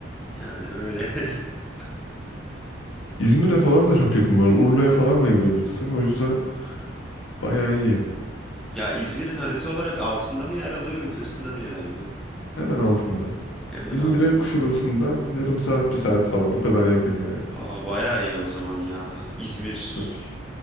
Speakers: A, in the centre; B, on the left.
A: yani öyle. <laughs>
B: İzmir'e falan da çok yakın var. Urla'ya falan da gidebilirsin. O yüzden bayağı iyi.
A: Ya İzmir'in harita olarak altında mı yer alıyor, yukarısında mı yer alıyor?
B: Hemen altında.
A: Hemen
B: İzmir'e
A: altında.
B: Kuşadası'ndan yarım saat, bir saat falan. O kadar yakın yani.
A: Aa bayağı iyi o zaman ya. İzmir
B: Çok iyi.